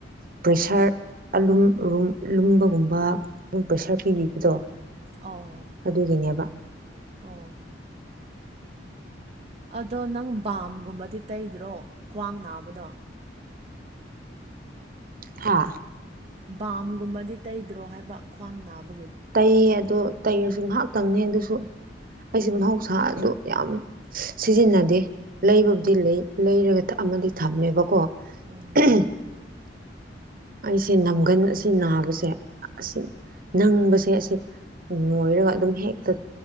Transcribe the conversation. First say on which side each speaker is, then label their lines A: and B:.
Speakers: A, on the right; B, on the right.
A: ꯄ꯭ꯔꯦꯁꯥꯔ ꯑꯂꯨꯝ ꯔꯨꯝ ꯂꯨꯝꯕꯒꯨꯝꯕ ꯑꯗꯨ ꯄ꯭ꯔꯦꯁꯔ ꯄꯤꯕꯤꯕꯗꯣ
B: ꯑꯣ
A: ꯑꯗꯨꯒꯤꯅꯦꯕ
B: ꯑꯣ ꯑꯗꯣ ꯅꯪ ꯕꯥꯝꯒꯨꯝꯕꯗꯤ ꯇꯩꯗ꯭ꯔꯣ ꯈ꯭ꯋꯥꯡ ꯅꯥꯕꯗꯣ
A: ꯍꯥ
B: ꯕꯥꯝꯒꯨꯝꯕꯗꯤ ꯇꯩꯗ꯭ꯔꯣ ꯍꯥꯏꯕ ꯈ꯭ꯋꯥꯡ ꯅꯥꯕ
A: ꯇꯩꯌꯦ ꯑꯗꯨ ꯇꯩꯔꯁꯨ ꯉꯥꯏꯍꯥꯛꯇꯪꯅꯤ ꯑꯗꯨꯁꯨ ꯑꯩꯁꯦ ꯃꯍꯧꯁꯥ ꯑꯗꯨ ꯌꯥꯝ ꯁꯤꯖꯤꯟꯅꯗꯦ ꯂꯩꯕꯕꯨꯗꯤ ꯂꯩ ꯂꯩꯔꯒ ꯑꯃꯗꯤ ꯊꯝꯃꯦꯕꯀꯣ ꯑꯝꯍꯨꯝ
B: ꯎꯝ
A: ꯑꯩꯁꯦ ꯅꯝꯒꯟ ꯑꯁꯤ ꯅꯥꯕꯁꯦ ꯑꯁꯤ ꯅꯪꯕꯁꯦ ꯑꯁꯤ ꯅꯣꯏꯔꯒ ꯑꯗꯨꯝ ꯍꯦꯛꯇ